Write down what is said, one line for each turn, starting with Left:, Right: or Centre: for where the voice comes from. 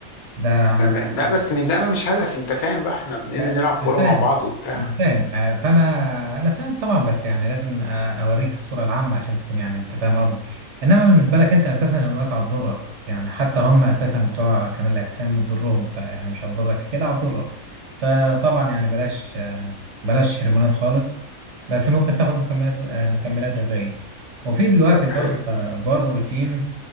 Right: ده عامه
Left: تمام لا بس مش- ده مش هدف انت فاهم بقى احنا بننزل
Right: آه،
Left: نلعب كوره
Right: انا فاهم
Left: مع بعض وبتاع
Right: انا فاهم آه، فانا انا فاهم طبعا بس يعني لازم آه، اوريك الصوره العامه عشان تكون يعني انت فاهم قصدي انما بالنسبه لك انت اساسا الهرمونات هتضرك يعني حتى هم اساسا بتوع كمال الاجسام بتضرهم فيعني مش هتضرك كده هتضرك فطبعا يعني بلاش آه، بلاش هرمونات خالص بس ممكن تاخد مكملات آه، مكملات غذائيه وفي دلوقتي
Left: طب
Right: بار
Left: حلو
Right: آه، بار بروتين